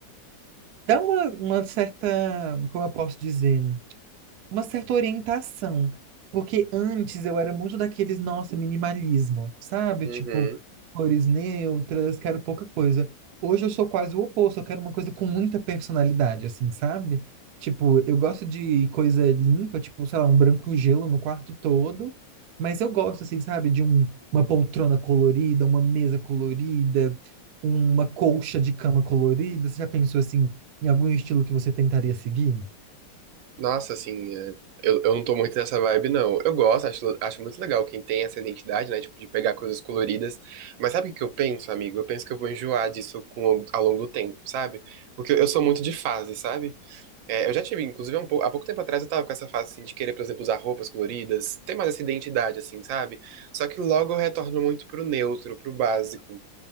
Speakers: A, on the right; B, on the right.
A: dá uma, uma certa, como eu posso dizer? uma certa orientação. Porque antes eu era muito daqueles, nossa, minimalismo, sabe?
B: Uhum.
A: Tipo, cores neutras, quero pouca coisa. Hoje eu sou quase o oposto, eu quero uma coisa com muita personalidade, assim, sabe? Tipo, eu gosto de coisa limpa, tipo, sei lá, um branco gelo no quarto todo, mas eu gosto, assim, sabe, de um, uma poltrona colorida, uma mesa colorida, uma colcha de cama colorida. Você já pensou, assim, em algum estilo que você tentaria seguir?
B: Nossa, assim, é, eu, eu não tô muito nessa vibe, não. Eu gosto, acho, acho muito legal quem tem essa identidade, né? Tipo, de pegar coisas coloridas. Mas sabe o que eu penso, amigo? Eu penso que eu vou enjoar disso com, ao longo do tempo, sabe? Porque eu sou muito de fase, sabe? É, eu já tive, inclusive, há um pouco, há pouco tempo atrás eu tava com essa fase, assim, de querer, por exemplo, usar roupas coloridas, ter mais essa identidade, assim, sabe? Só que logo eu retorno muito pro neutro, pro básico.